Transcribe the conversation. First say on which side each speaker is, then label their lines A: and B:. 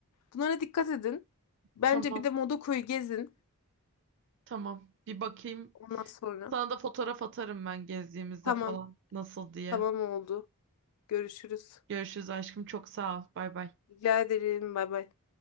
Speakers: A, on the left (about 75°); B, on the right (about 55°).
A: Bunlara dikkat edin. Bence
B: Tamam.
A: bir de Modoko'yu gezin.
B: Tamam. Bir bakayım.
A: Ondan sonra.
B: Sana da fotoğraf atarım ben gezdiğimizde
A: Tamam.
B: falan. Nasıl diye.
A: Tamam oldu. Görüşürüz.
B: Görüşürüz aşkım. Çok sağ ol. Bay bay.
A: Rica ederim. Bay bay.